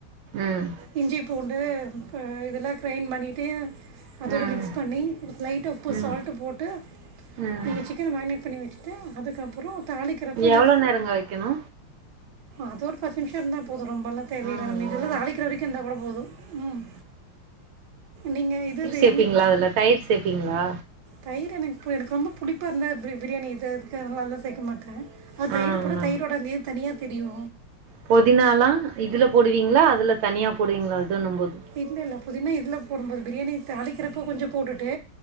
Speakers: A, on the right (about 80°); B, on the right (about 60°).
A: ம்
B: இஞ்சி பூண்டு இப்போ இதல்லா கிரைண்ட் பண்ணிட்டு சிக் அதோட
A: ம்
B: மிக்ஸ் பண்ணி லைட்டா உப்பு
A: ம்
B: சால்ட்டி போட்டு
A: ம்
B: நீங்க கன மேக்னேட் பண்ணி வச்சுட்டு அதுக்கப்பற தாளிக்கிறப்போ இந்த
A: எவ்ளோ நேரங்க வைக்கணு
B: அது ஒரு பத்து நிமிஷ இருந்தா போது ரொம்பல்லா தேவையில்ல
A: ம்
B: நம்ம இதுல
A: ம்
B: இருந்து அளிக்கிற வரைக்கு இருந்தா கூட போது ம் நீங்க இதுவே
A: இருப்பிங்களா இந்த டைல்ஸ் சேப்பிங்களா
B: தயிர் எனக்கு எனக்கு ரொம்ப புளிப்ப இருந்த பிரி பிரியாணி இது அதுக்கு அது மாரில சேக்க மாட்டே அ
A: ஆ
B: தயிர்
A: ஆ
B: போட்டா தயிரோட நீர் தனியா தெரியு
A: புதினாலா இதுல போடுவீங்களா அதுல தனியா போடுவீங்களா அது ஒண்ணு போது
B: இல்ல இல்ல புதினா இதில போடும்போது பிரியாணி தாளிக்கிறப்போ கொஞ்ச போட்டுட்டு